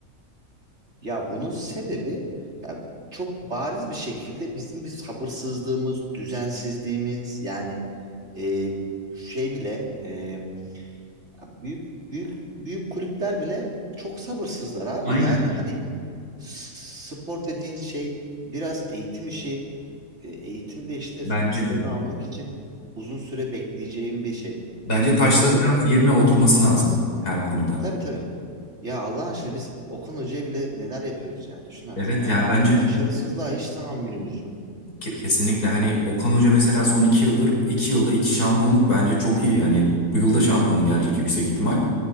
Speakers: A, on the right; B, on the left.
A: Ya bunun sebebi ya çok bariz bir şekilde bizim bir sabırsızlığımız, düzensizliğimiz yani e, şey bile e, ya büyük büyük büyük kulüpler bile çok sabırsızlar abi.
B: Aynen.
A: Yani hani s- spor dediğin şey biraz eğitim işi. E, eğitimde işte
B: Bence
A: sonuçlarını
B: de.
A: almak için uzun süre bekleyeceğim bir şey.
B: Bence taşların
A: Doğal olarak
B: biraz yerine oturması lazım her konuda.
A: Tabii tabii. Ya Allah aşkına biz Okan Hoca'ya bile neler yapıyoruz ya. Düşün artık
B: Evet
A: yani.
B: yani bence
A: Hani başarısızlığa hiç tahammülümüz yok.
B: Ke- Kesinlikle hani Okan Hoca mesela son iki yıldır iki yılda iki şampiyonluk bence çok iyi yani bu yılda şampiyonluk gelecek yüksek ihtimal.